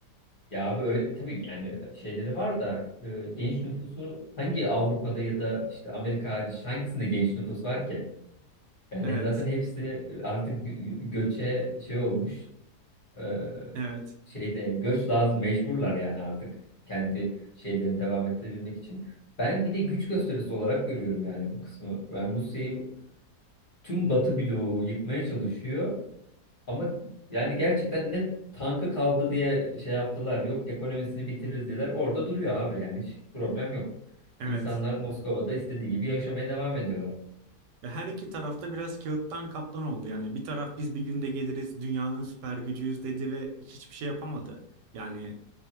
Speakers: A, on the left; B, on the right.
A: ya abi öyle, tabii ki yani şeyleri var da e, genç nüfusu hangi Avrupa'da ya da işte Amerika hariç hangisinde genç nüfus var ki? Yani
B: Evet,
A: zaten hepsi artık gö- göçe şey olmuş. e,
B: evet,
A: şeyde göç lazım mecburlar yani artık kendi şeylerini devam ettirebilmek için. Ben bir de güç gösterisi olarak görüyorum yani bu kısmı. Ben Rusya'yı tüm Batı bloğu yıkmaya çalışıyor. Ama yani gerçekten ne tankı kaldı diye şey yaptılar. Yok ekonomisini bitiririz diyorlar. Orada duruyor abi yani hiç problem yok.
B: evet.
A: İnsanlar Moskova'da istediği gibi yaşamaya devam ediyorlar.
B: Ve her iki tarafta biraz kağıttan kaplan oldu. Yani bir taraf biz bir günde geliriz dünyanın süper gücüyüz dedi ve hiçbir şey yapamadı. Yani